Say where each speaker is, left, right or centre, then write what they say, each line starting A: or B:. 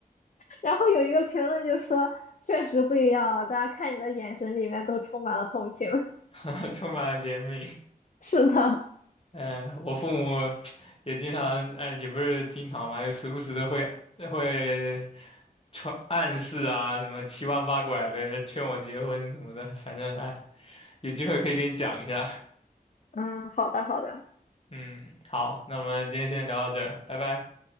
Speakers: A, on the left; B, on the left.
A: 然后有一个评论就说，确实不一样了，大家看你的眼神里面都充满了同情。<laughs>
B: <laughs> 充满怜悯。
A: 是的，
B: 嗯、我父母也经常，哎，也不是经常吧，就时不时的会会传暗示啊，什么七弯八拐的劝我结婚什么的，反正哎，有机会可以跟你讲一下。
A: 嗯，好的，好的
B: 嗯，好，那我们今天先聊到这儿，拜拜。